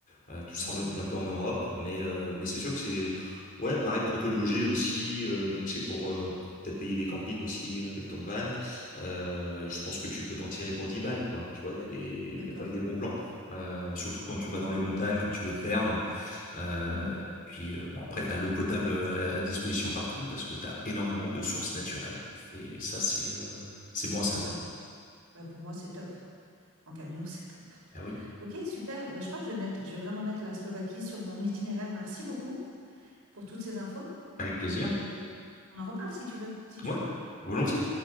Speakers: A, on the left (about 40°); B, on the right (about 70°).
A: euh, tout
B: D'accord.
A: s'harmonise un peu en Europe, mais, euh, mais c'est sûr que c'est ouais pareil pour te loger aussi. euh, donc c'est pour euh, peut-être payer des campings aussi avec ton van. Euh, je pense que tu peux t'en tirer pour 10 balles, quoi. Tu vois, il y a des,
B: D'accord.
A: il y a quand même des bons plans. Euh, surtout quand tu vas dans les montagnes, quand tu veux te perdre. Euh,
B: Mhm.
A: puis euh, bon, après, tu as l'eau potable à à disposition partout parce que tu as énormément de sources naturelles. Et ça, c'est euh, c'est bon à
B: C'est
A: savoir.
B: top. Bah, pour moi, c'est top. En camion, <laughs> c'est top.
A: Ah oui,
B: Ok, super. Eh ben, je crois que je vais mettre, je vais vraiment mettre la Slovaquie sur mon <laughs> itinéraire. Merci beaucoup pour toutes ces infos.
A: avec plaisir.
B: Et on en reparle si tu veux, si tu
A: Ouais,
B: peux.
A: volontiers.